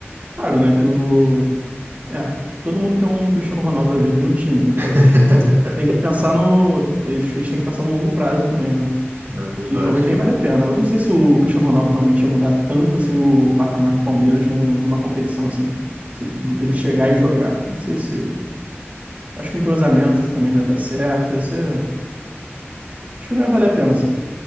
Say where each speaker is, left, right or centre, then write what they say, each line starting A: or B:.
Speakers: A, on the right (about 35°); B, on the right (about 65°).
A: Claro, né? Que o. É, todo mundo quer um Cristiano Ronaldo da vida no time, né? Mas
B: <laughs>
A: tem que pensar no. Eles, eles têm que pensar no longo prazo também, né?
B: É verdade,
A: que talvez
B: cara.
A: nem valha a pena. Eu não sei se o Cristiano Ronaldo realmente ia mudar tanto assim o patamar do Palmeiras num- numa competição assim, se- de- dele chegar e jogar. Não sei se. Acho que o entrosamento também não ia dar certo. Ia ser... Acho que não ia valer a pena assim,